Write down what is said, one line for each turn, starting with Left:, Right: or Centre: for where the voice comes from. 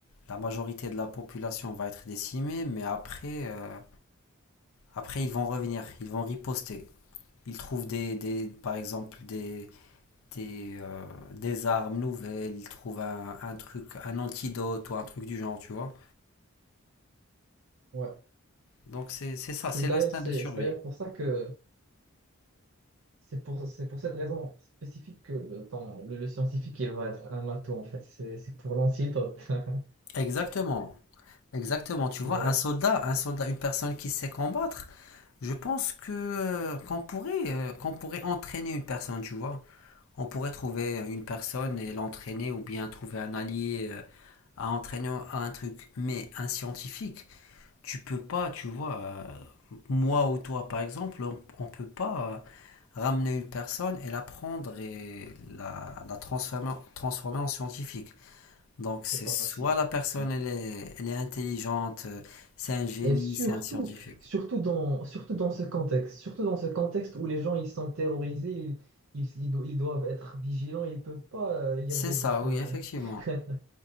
Left: la majorité de la population va être décimée, mais après, euh, après ils vont revenir, ils vont riposter. Ils trouvent des, des, par exemple des, des, euh, des armes nouvelles, ils trouvent un, un truc, un antidote ou un truc du genre, tu vois.
Right: Ouais.
Left: Donc c'est c'est ça,
Right: C'est
Left: c'est
Right: d'ailleurs,
Left: l'instinct
Right: c'est
Left: de survie.
Right: c'est d'ailleurs pour ça que c'est pour, c'est pour cette raison spécifique que le, ton- le, le scientifique il va être un atout en fait. C'est c'est pour l'antidote. <laughs>
Left: Exactement, exactement. Tu vois,
Right: Ouais.
Left: un soldat, un soldat, une personne qui sait combattre, Je pense que euh, qu'on pourrait, euh, qu'on pourrait entraîner une personne, tu vois. On pourrait trouver euh, une personne et l'entraîner ou bien trouver un allié euh, à entraîner à un truc. Mais un scientifique, tu peux pas, tu vois, euh, moi ou toi par exemple, on, on peut pas euh, ramener une personne et la prendre et la, la transformer, transformer en scientifique. Donc c'est
Right: C'est pas
Left: soit
Right: facile. hein.
Left: la personne
Right: Mm.
Left: elle est, elle est intelligente, euh, c'est un génie,
Right: Et surtout,
Left: c'est un scientifique.
Right: surtout dans, surtout dans ce contexte, surtout dans ce contexte où les gens ils sont terrorisés, ils, ils, ils do- ils doivent être vigilants, ils peuvent pas euh, lire
Left: C'est
Right: des
Left: ça,
Right: bouquins.
Left: oui, effectivement.
Right: <laughs>